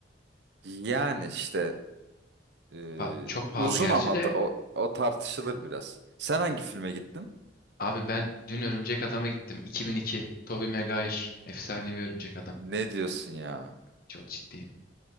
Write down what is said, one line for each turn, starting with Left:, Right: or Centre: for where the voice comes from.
Right: Yani işte e,
Left: Pa- çok pahalı
Right: uzun
Left: gerçi
Right: ama
Left: de.
Right: da- o, o tartışılır biraz. Sen hangi filme gittin?
Left: Abi ben dün Örümcek Adam'a gittim. 2002. Tobey Maguire. Efsanevi Örümcek Adam.
Right: Ne diyorsun ya?
Left: Çok ciddiyim.